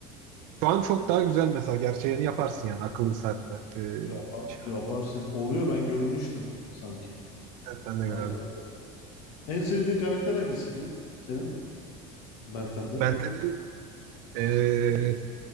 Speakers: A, on the right; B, on the left.
A: Şu an çok daha güzel mesela. Gerçeğini yaparsın yani akıllı saatle. E,
B: yapa-
A: şey,
B: yaparsın. Oluyor ben görmüştüm sanki
A: ben de gördüm.
B: arkamda. En sevdiğin karakter hangisiydi senin? Benten'de.
A: Benden'in e,